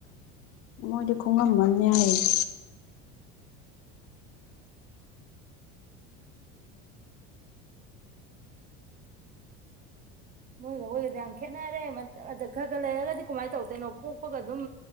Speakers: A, on the left (about 50°); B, on the right (about 30°).
A: ꯃꯣꯏꯗꯤ ꯈꯨꯡꯉꯝꯕꯅꯦ ꯍꯥꯏꯏꯌꯦ
B: ꯃꯣꯏꯒ ꯍꯣꯏꯒꯗꯤ ꯌꯥꯝ ꯈꯦꯠꯅꯔꯦ ꯈꯔ- ꯈꯔ ꯂꯩꯔꯒꯗꯤ ꯀꯃꯥꯏꯅ ꯇꯧꯗꯣꯏꯅꯣ ꯄꯣꯛꯄꯒ ꯑꯗꯨꯝ